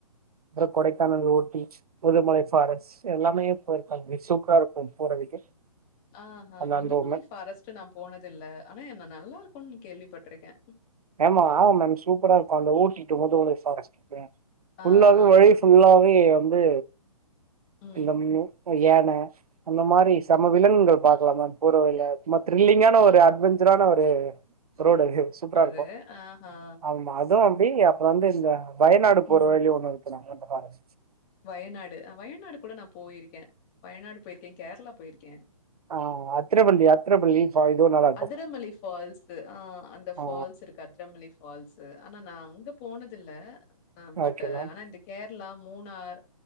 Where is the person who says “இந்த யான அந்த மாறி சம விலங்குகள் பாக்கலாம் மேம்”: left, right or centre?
Right